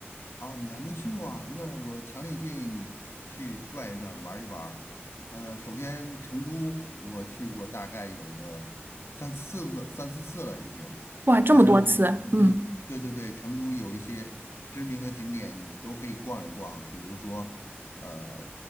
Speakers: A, on the left (about 75°); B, on the right (about 50°).
A: 哦，你还没去过啊？那我强烈建议你去转一转，玩一玩儿。呃，首先成都我去过，大概有个三四次、三四次了已经。
B: 哇，这么多次，
A: 然后呢，成都，
B: 嗯。
A: 对对对，成都有一些知名的景点，你都可以逛一逛，比如说呃